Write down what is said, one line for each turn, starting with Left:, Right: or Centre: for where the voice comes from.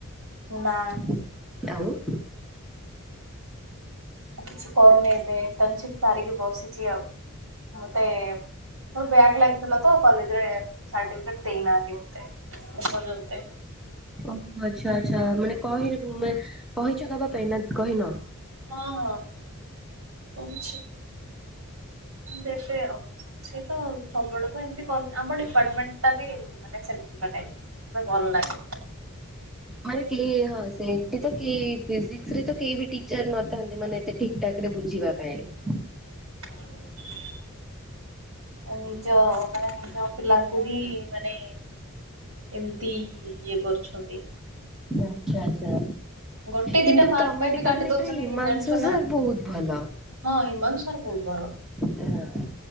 Right: ନା
Centre: ଦାଉ,
Right: ମୁଁ କିଛି କରୁନି ଏବେ ଇଣ୍ଟର୍ନସିପ ସାରିକି ବସିଛି ଆଉ। ମତେ-ଏ-ଏ ମୋର ବ୍ୟାକ୍ ଲାଗିଥିଲା ତ କଲେଜରେ ସାର୍ଟିଫିକେଟ ଦେଇ ନାହାନ୍ତି ମତେ ଏପର୍ଯ୍ୟନ୍ତେ।
Centre: ଓ ଆଛା ଆଛା, ମାନେ କହି ମ୍ କହିଛ ଦବା ପାଇଁ ନା କହିନ?
Right: ହଁ ହଁ, କହିଛି ଦେବେ ଆଉ। ସେ ତ ସବୁବେଳକୁ ଏମିତି କ ଆମ ଡିପାର୍ଟମେଣ୍ଟ ଟା ବି ମାନେ ସେମିତି। <unintelligible> ଭଲ ଲାଗେ।
Centre: ଘରେ କେ ହଁ ସେ ଏଠି ତ କେ-ଏ-ଏ ଫିଜିକ୍ସ ରେ ତ କେହି ବି ଟିଚର ନଥାନ୍ତି ମାନେ ଏତେ ଠିକ ଠାକ ରେ ବୁଝିବା ପାଇଁ।
Right: <unintelligible> ଅ ନିଜ ମାନେ ନିଜ ପିଲାଙ୍କୁ ବି ମାନେ ଏମିତି ଇଏ କରୁଛନ୍ତି।
Centre: ଓ ଆଚ୍ଛା ଆଚ୍ଛା।
Right: ଗୋଟେ ଦିଟା
Centre: କିନ୍ତୁ
Right: ମାର୍କ
Centre: ତମ
Right: ପାଇଁ ବି
Centre: ଡିପାର୍ଟମେଣ୍ଟରେ
Right: କାଟି ଦଉଛନ୍ତି
Centre: ହିମାଂଶୁ
Right: ଜାଣିଛୁ ନା।
Centre: ସାର୍ ବହୁତ ଭଲ।
Right: ହଁ ହିମାଂଶୁ ସାର୍ ବହୁତ ଭଲ।
Centre: ହଁ